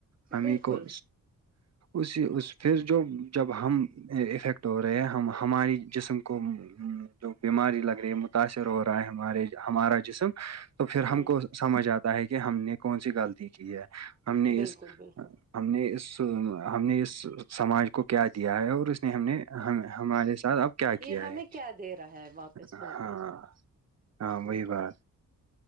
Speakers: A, on the right; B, on the right.
A: ہمیں
B: بالکل
A: کو اسی اس پھر جو جب ہم افیکٹ ہو رہے ہیں ہم ہماری جسم کو جو بیماری لگ رہی ہے متاثر ہو رہا ہے ہمارے ہمارا جسم تو پھر
B: ہوں
A: ہم کو سمجھ آتا ہے کہ ہم نے کون سی غلطی کی ہے ہم نے
B: بالکل
A: اس
B: بالکل
A: ہم نے اس ہم نے اس سماج کو کیا دیا ہے اور اس نے ہم نے ہمارے س اب کیا
B: یہ
A: کیا
B: ہمیں
A: ہے
B: دے رہا ہے واپس
A: ہاں
B: بالکل
A: ہاں وہی
B: بالکل
A: بات